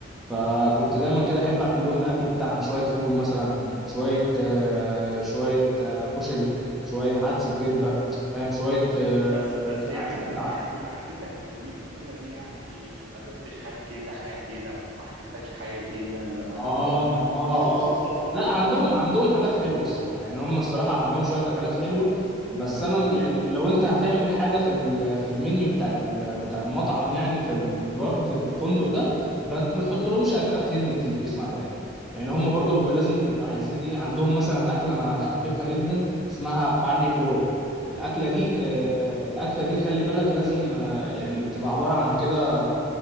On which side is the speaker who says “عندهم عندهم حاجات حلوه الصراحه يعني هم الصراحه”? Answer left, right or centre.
Centre